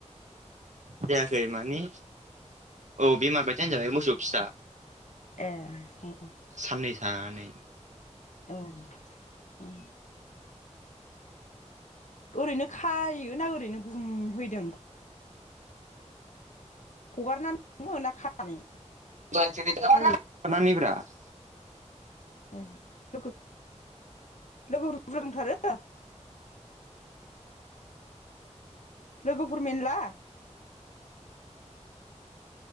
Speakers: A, on the right (about 75°); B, on the left (about 80°).
A: जायाखै माने औ बेमार बायदियानो होजाबाय मोसौ फिसा।
B: ओ अ‌ अ
A: साननै थानानै
B: औ औ ओरैनो खायो ना ओरैनो गुमहैदों। हगारनानै दोनोना खानानै
A: <unintelligible>
B: खायो औ लोगो लोगोफोर बुश्रजा दंथारो। लोगोफोर मेनला?